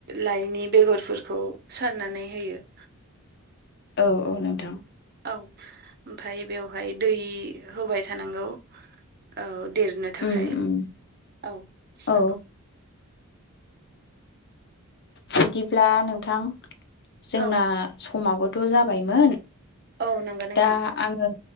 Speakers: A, on the right; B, on the left.
A: लाइनि बेगरफोरखौ सारनानै होयो‌।
B: औ औ नोंथां।
A: औ ओमफाय बेवहाय दै होबाय थानांगौ। औ देरनो थाखाय
B: उम उम
A: औ नोंगौ।
B: औ बिदिब्ला नोंथां जोंना
A: औ
B: समाबोथ' जाबायमोन।
A: औ नंगौ नोंथां
B: दा आङो